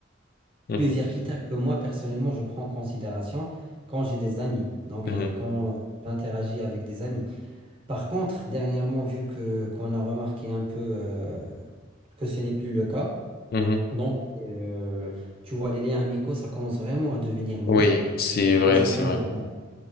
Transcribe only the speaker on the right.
plusieurs critères que moi, personnellement, je prends en considération quand j'ai des amis, donc
et quand j'interagis avec des amis. Par contre, dernièrement, vu que qu'on a remarqué un peu euh, que ce n'est plus le cas,
donc euh, tu vois, les liens amicaux, ça commence vraiment à devenir moins.
Ça commence
vraiment.